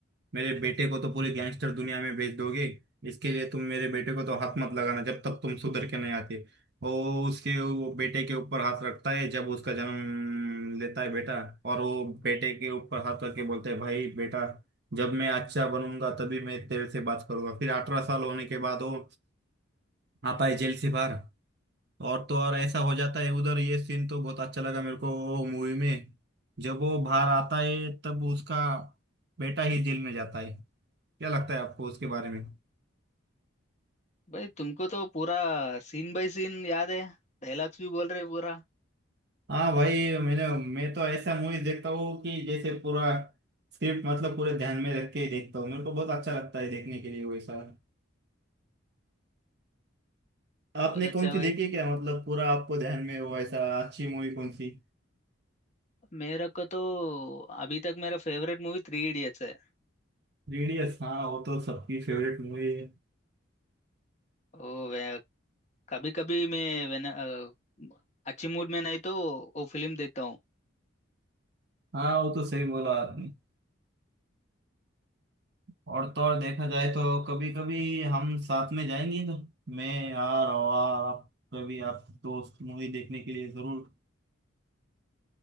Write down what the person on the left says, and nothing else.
भाई तुमको तो पूरा सीन बाय सीन याद है डायलॉग्स भी बोल रहे पूरा
बहुत अच्छा
भाई
मेरा को तो अभी तक मेरा फेवरेट मूवी थ्री इडियट्स है
ओ वे, कभी कभी मैं वेन अ, अच्छी मूड में नहीं तो वो फिल्म देखता हूँ